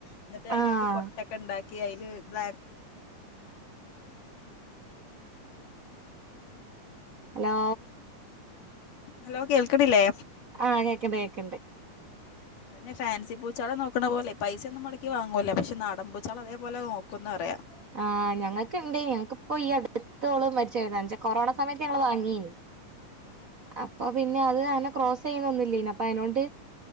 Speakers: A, on the left; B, on the right.
A: എന്നിട്ട് അതിനായിട്ട്
B: ആഹ്
A: കൊട്ടൊക്കെ ഉണ്ടാക്കി അതില് ബ്ലാ
B: ഹലോ
A: ഹലോ കേൾകനില്ലേ
B: ആ കേക്കിണ്ട് കേക്കിണ്ട്
A: പിന്നെ ഫാൻസി പൂച്ചാള നോക്കണ പോലെ പൈസ ഒന്നും മുടക്കി വാങ്ങൂല്ല പക്ഷെ നാടൻ പൂച്ചാള അതേപോലെ നോക്കും നോക്കു എന്ന് പറയാം
B: ആ് ഞങ്ങൾക്കണ്ട് ഞങ്ങക്ക് ഇപ്പോ ഈ അടുത്ത് എത്രത്തോളും മരിച്ചുന്നച്ചാ കൊറോണ സമയത്ത് ഞങ്ങള് വാങ്ങിരുന്ന്
A: ആ
B: അപ്പൊ പിന്നെ അത് അനെ ക്രോസ് ചെയ്യുന്ന ഒന്നുമില്ല അപ്പൊ അതിനൊണ്ട്ഹ്